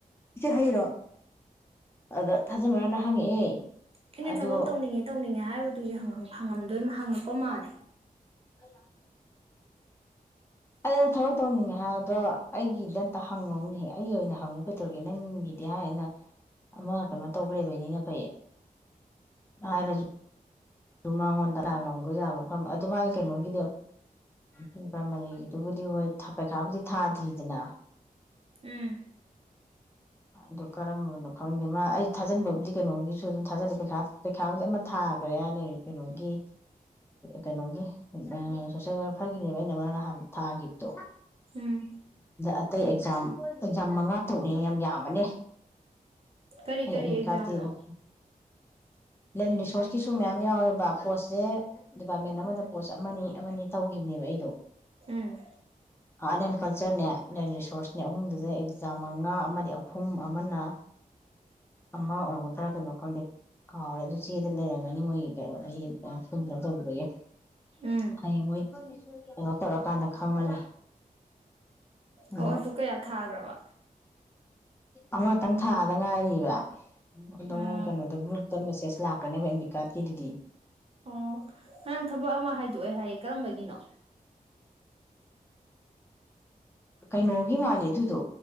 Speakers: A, on the left; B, on the right.
A: ꯏꯆꯦ ꯍꯩꯔꯣ ꯑꯗꯣ ꯊꯥꯖꯤꯟꯕ꯭ꯔꯅ ꯍꯪꯉꯛꯑꯦ
B: ꯑꯩꯅ
A: ꯑꯗꯣ
B: ꯊꯕꯛ ꯇꯧꯅꯤꯡꯉꯦ ꯇꯧꯅꯤꯡꯉꯦ ꯍꯥꯏꯕꯗꯨꯗꯤ ꯍꯪꯉꯝꯗꯣꯏ ꯍꯉꯝ ꯄ ꯃꯥꯜꯂꯤ
A: ꯑꯩ ꯂꯥꯛꯀꯦ ꯑꯗꯨꯅ ꯊꯕꯛ ꯇꯧꯅꯤꯡꯉꯦ ꯍꯥꯏꯕꯗꯣ ꯑꯩꯒꯤꯗ ꯑꯝꯇ ꯍꯪꯉꯧꯅꯤꯍ ꯑꯩꯒꯤ ꯑꯣꯏꯅ ꯍꯪꯉꯨ ꯀꯩꯗꯧꯔꯒꯦ ꯅꯪꯒꯤꯗꯤ ꯍꯥꯏꯌꯦꯅ ꯑꯃ ꯀꯩꯅꯣ ꯇꯧꯈ ꯂꯩꯕꯩꯅꯤꯅ ꯐꯩꯌꯦ ꯍꯥꯏꯔꯁꯨ ꯑꯗꯨ ꯃꯉꯣꯟꯗ ꯂꯥꯜꯂꯝꯕ ꯌꯥꯕ ꯃꯐꯝ ꯑꯗꯨ ꯃꯥꯒꯤ ꯀꯩꯅꯣꯒꯤꯗꯣ ꯂꯄꯥ ꯃꯔꯤꯒꯤꯗꯨꯕꯨꯗꯤ ꯍꯣꯏ ꯄꯩꯈꯥꯕꯨꯗꯤ ꯊꯥꯗ꯭ꯔꯤꯗꯅ
B: ꯎꯝ
A: ꯑꯗꯨ ꯀꯔꯝꯕꯅꯣ ꯈꯪꯗꯦ ꯃꯥ ꯑꯩ ꯊꯥꯖꯟꯕꯕꯨꯗꯤ ꯀꯩꯅꯣꯒꯤꯁꯨ ꯑꯗꯨꯝ ꯊꯥꯖꯗꯦꯩꯈ ꯄꯩꯈꯥꯕꯨꯗꯤ ꯑꯃ ꯊꯥꯈ꯭ꯔꯦꯅ ꯀꯩꯅꯣꯒꯤ ꯀꯩꯅꯣꯒꯤ ꯁꯣꯁꯦꯜ ꯋꯥꯔꯛ ꯐꯒꯤꯅꯦꯕ ꯑꯩꯅ ꯃꯥ ꯅꯍꯥꯟ ꯊꯥꯈꯤꯕꯗꯣ
B: ꯎꯝ
A: ꯑꯇꯩ ꯑꯦꯛꯖꯥꯝ-ꯑꯦꯛꯖꯥꯝ ꯃꯉꯥ ꯇꯔꯛꯅꯦ ꯌꯥꯝ ꯌꯥꯝꯕꯅꯦ
B: ꯀꯔꯤ-ꯀꯔꯤ
A: ꯑꯩ ꯑꯦꯗꯃꯤꯠ
B: ꯑꯦꯛꯖꯥꯝꯅꯣ
A: ꯀꯥꯔꯗꯇꯤ ꯑꯗꯨꯝ ꯂꯦꯟ ꯔꯤꯁꯣꯔꯁꯀꯤꯁꯨ ꯃꯌꯥꯝ ꯌꯥꯎꯋꯦ ꯕ ꯄꯣꯁꯁꯦ ꯗꯤꯄꯥꯔꯠꯃꯦꯟ ꯑꯃꯗ ꯄꯣꯁ ꯑꯃꯅꯤ-ꯑꯃꯅꯤ ꯇꯧꯈꯤꯕꯅꯦꯕ ꯑꯩꯗꯣ
B: ꯎꯝ
A: ꯑꯥꯔꯠ ꯑꯦꯟ ꯀꯜꯆꯔꯅꯦ ꯂꯟ ꯔꯤꯁꯣꯔꯁꯅꯦ ꯑꯍꯨꯝꯗꯨꯗ ꯑꯦꯛꯖꯥꯝ ꯃꯉꯥ ꯑꯃꯗꯤ ꯑꯍꯨꯝ ꯑꯃꯅ ꯑꯃ ꯑꯣꯏꯔꯝꯒꯗꯔꯥ ꯀꯩꯅꯣ ꯈꯪꯗꯦ ꯀꯥꯎꯔꯦ ꯑꯗꯨ ꯆꯦꯗ ꯂꯩꯔꯝꯒꯅꯤ ꯃꯣꯏ ꯅꯣ ꯑꯩ ꯐꯣꯔꯝ ꯐꯤꯜꯂꯞ ꯇꯧꯕꯤꯔꯒꯦ
B: ꯎꯝ
A: ꯍꯌꯦꯡ ꯃꯣꯏ ꯀꯩꯅꯣ ꯇꯧꯔꯛꯀꯥꯟꯗ ꯈꯪꯉꯅꯤ ꯑꯗꯣ
B: ꯑꯣ ꯑꯗꯨ ꯀꯌꯥ ꯊꯥꯒ꯭ꯔꯕ
A: ꯑꯃꯇꯪ ꯊꯥꯗ ꯉꯥꯏꯔꯤꯕ ꯑꯗꯣ
B: ꯎꯝ
A: ꯃꯣꯏ ꯀꯩꯅꯣꯗꯨꯕꯨ ꯇ ꯃꯦꯁꯦꯖ ꯂꯥꯛꯀꯅꯦꯕ ꯑꯦꯃꯤꯀꯥꯔꯠꯀꯤꯗꯨꯗꯤ
B: ꯑꯣ ꯉꯔꯥꯡ ꯊꯕꯛ ꯑꯃ ꯍꯥꯏꯗꯣꯛꯑꯦ ꯍꯥꯏ ꯀꯔꯝꯕꯒꯤꯅꯣ
A: ꯀꯩꯅꯣꯒꯤ ꯃꯥꯜꯂꯦ ꯑꯗꯨꯗꯣ